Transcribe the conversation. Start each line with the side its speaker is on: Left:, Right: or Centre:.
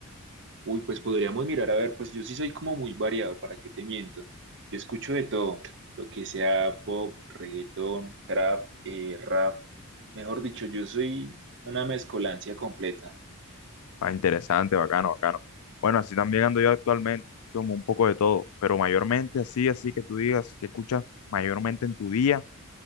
Right: Uy, pues podríamos mirar, a ver, pues yo sí soy como muy variado, ¿para qué te miento? Yo escucho de todo, lo que sea pop, reggaetón, trap, eh, rap, mejor dicho, yo soy una mezcolancia completa.
Left: Ah, interesante, bacano, bacano. Bueno, así también ando yo actualmente, escucho como un poco de todo, pero mayormente así, así que tú digas que escuchas mayormente en tu día,